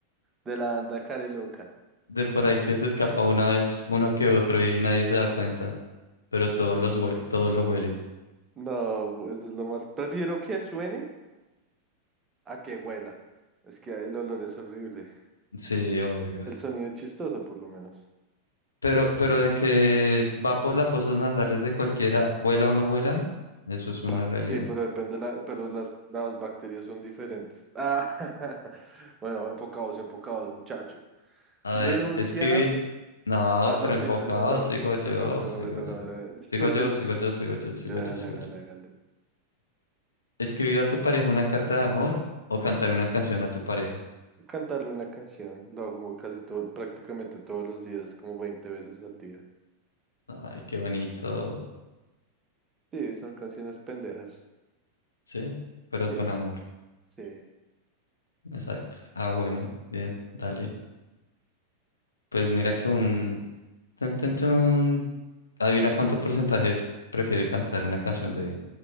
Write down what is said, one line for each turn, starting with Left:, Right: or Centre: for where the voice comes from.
Right: de la banda care loca.
Left: de por ahí que se escapa una vez uno que otro y nadie se da cuenta, pero todos los hue- todos lo huelen.
Right: No, pues es lo más. Prefiero que suene a que huela. Es que el olor es horrible.
Left: Sí, obvio.
Right: El sonido es chistoso, por lo menos.
Left: Pero, pero de que va por las fosas nasales de cualquiera, huela o no huela, eso es una
Right: Va,
Left: realidad.
Right: sí, pero depende la, pero las, las bacterias son diferentes. Ah, <laughs> bueno, enfocados, enfocados, muchacho.
Left: A
Right: Renunciar.
Left: ver, escribir. No,
Right: Ah, no,
Left: pero
Right: sí,
Left: enfocado,
Right: te- me, to-
Left: sigo
Right: me
Left: yo,
Right: toca, me toca,
Left: sigo
Right: me toca,
Left: yo.
Right: me toca.
Left: Sigo
Right: <laughs> Sí,
Left: yo,
Right: le-
Left: sigo yo, sigo yo, sigo
Right: hágale,
Left: yo, sigo
Right: hágale,
Left: yo.
Right: hágale.
Left: Escribir a tu pareja una carta de amor o cantar una canción a tu pareja.
Right: Cantarle una canción. Lo hago casi todo, prácticamente todos los días, como 20 veces al día.
Left: Ay, qué bonito.
Right: Sí, son canciones pendejas.
Left: Sí, pero
Right: Sí,
Left: con amor.
Right: sí.
Left: Exacto. Ah, bueno, bien, dale. Pues mira que un... Tun, tun, tun. Adivina cuánto porcentaje prefiere cantar una canción de,